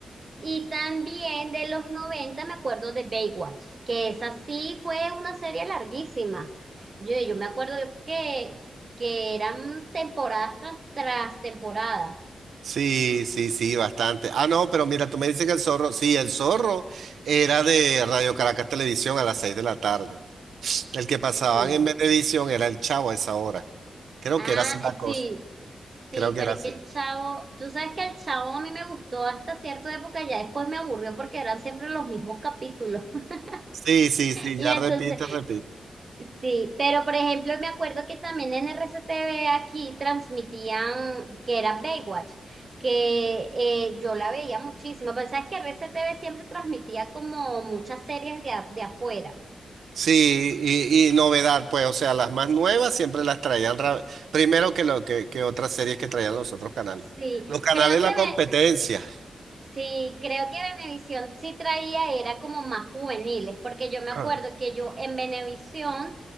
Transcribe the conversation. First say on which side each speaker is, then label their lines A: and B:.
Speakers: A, on the right (about 35°); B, on the right (about 85°).
A: Y también de los 90 me acuerdo de Baywatch, que esa sí fue una serie larguísima. Yo, yo me acuerdo que, que eran temporadas tras, tras temporada.
B: Sí, sí, sí, bastante. Ah, no, pero mira, tú me dices que el zorro, sí, el zorro era de Radio Caracas Televisión a las seis de la tarde. El que pasaban
A: Sí.
B: en Venevisión era el Chavo a esa hora. Creo
A: Ah,
B: que era así la
A: eh,
B: cosa.
A: sí, sí,
B: Creo que
A: pero
B: era
A: es
B: así.
A: que el Chavo, tú sabes que el Chavo a mí me gustó hasta cierta época, ya después me aburrió porque eran siempre los mismos capítulos. <laughs>
B: Sí, sí, sí,
A: Y
B: ya
A: entonces,
B: repite, repite.
A: Sí, pero por ejemplo, me acuerdo que también en RCTV aquí transmitían que era Baywatch, que eh, yo la veía muchísimo, pero sabes que RCTV siempre transmitía como muchas series de, a- de afuera.
B: Sí, y, y novedad, pues, o sea, las más nuevas siempre las traían ra- primero que, lo, que, que otras series que traían los otros canales.
A: Sí,
B: Los canales
A: creo
B: de
A: que
B: la
A: Ve-
B: competencia,
A: sí, creo que Venevisión sí traía, era como más juveniles, porque yo me acuerdo
B: Ah.
A: que yo en Venevisión